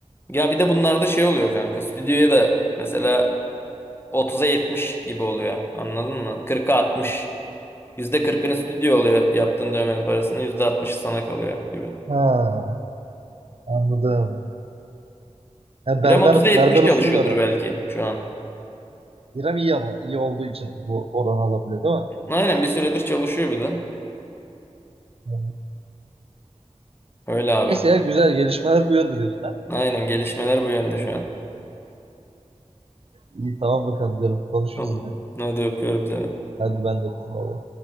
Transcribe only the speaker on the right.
Ha, anladım. Ya
berber
berber
usulü var abi.
İrem iyi ama iyi olduğu için bu oran alabiliyor değil mi?
Yani.
Neyse ya güzel gelişmeler bu yönde diyorsun ha.
İyi tamam bakalım canım konuşuruz
yine.
Hadi ben de öptüm. bay bay.